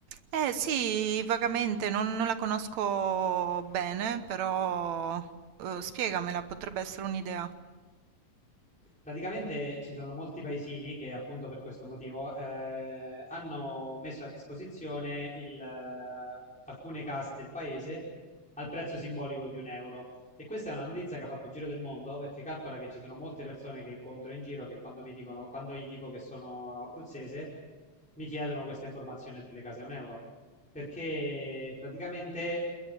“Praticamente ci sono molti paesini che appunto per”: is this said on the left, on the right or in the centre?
Centre